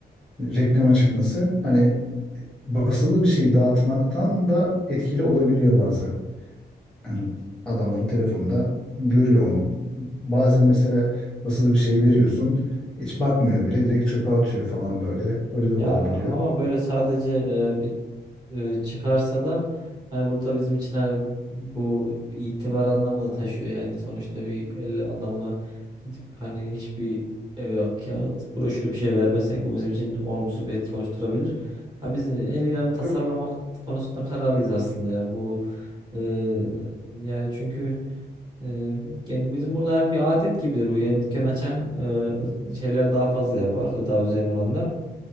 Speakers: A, in the centre; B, on the right.
A: hani reklama çıkması hani basılı bir şeyi dağıtmaktan da etkili olabiliyor bazen. Hani adamların telefonunda görüyor onu. Bazen mesela basılı bir şey veriyorsun. Hiç bakmıyor bile. Direkt çöpe atıyor falan böyle. Öyle de
B: Ya
A: olabiliyor.
B: ama böyle sadece eee, bir eee, çıkarsa da hani burada bizim için hani bu itibar anlamı da taşıyor yani sonuçta bir 50 adamla gidip hani hiçbir evrak, kağıt, broşür bir şey vermesek bu bizim için olumsuz bir etki oluşturabilir. Ha biz el ilanı tasarlamak
A: Yok.
B: konusunda kararlıyız aslında ya bu eee, yani çünkü Ee, yani bizim burada yani bir adet gibidir bu. Yani dükkan açan e, şeyler daha fazla yapar. Gıda üzerine olanlar.